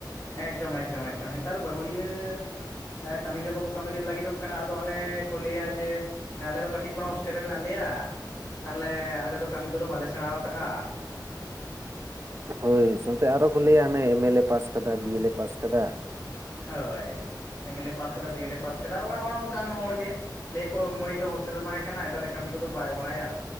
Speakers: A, on the left (about 45°); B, on the right (about 35°).
A: ᱮᱠᱫᱚᱢ ᱮᱠᱫᱚᱢ ᱮᱠᱫᱚᱢ ᱦᱮᱸᱛᱟᱨ ᱵᱟᱦᱩᱲᱤᱭᱟᱹ ᱦᱮᱸ ᱠᱟᱢᱤ ᱜᱮ ᱵᱟᱠᱚ ᱠᱟᱢᱤ ᱞᱟᱜᱤᱫᱚᱜ ᱠᱟᱱᱟ ᱟᱫᱚ ᱦᱟᱱᱮ ᱠᱚ ᱞᱟᱹᱭᱟ ᱡᱮ ᱟᱞᱮ ᱫᱚ ᱠᱟᱴᱤᱡ ᱠᱷᱚᱱᱟᱜ ᱦᱳᱥᱴᱮᱞ ᱨᱮ ᱢᱮᱱᱟᱜ ᱞᱮᱭᱟ ᱛᱟᱦᱞᱮ ᱟᱞᱮ ᱫᱚ ᱠᱟᱢᱤ ᱠᱚᱫᱚ ᱵᱟᱞᱮ ᱥᱮᱬᱟᱣ ᱠᱟᱜᱼᱟ
B: ᱦᱳᱭ ᱥᱟᱶᱛᱮ ᱟᱨᱚ ᱠᱚ ᱞᱟᱹᱭᱟ ᱦᱟᱱᱮ ᱮᱢᱮ ᱞᱮ ᱯᱟᱥ ᱟᱠᱟᱫᱟ ᱵᱤᱭᱮ ᱞᱮ ᱯᱟᱥ ᱠᱟᱫᱟ
A: ᱦᱳᱭ ᱮᱢᱮ ᱞᱮ ᱯᱟᱥ ᱠᱟᱫᱟ ᱵᱤᱭᱮ ᱞᱮ ᱯᱟᱥ ᱠᱟᱫᱟ ᱟᱨ ᱚᱲᱟᱜ ᱦᱚᱲ ᱚᱱᱠᱟᱱ ᱦᱚᱲ ᱜᱮ ᱞᱟᱹᱭᱟᱠᱚ ᱢᱟᱹᱭ ᱫᱚ ᱦᱳᱥᱴᱮᱞ ᱨᱮ ᱛᱟᱦᱮᱸ ᱠᱟᱱᱟᱭ ᱛᱟᱦᱚᱞᱮ ᱠᱟᱢᱤ ᱠᱚᱫᱚ ᱵᱟᱭ ᱵᱟᱲᱟᱭᱟ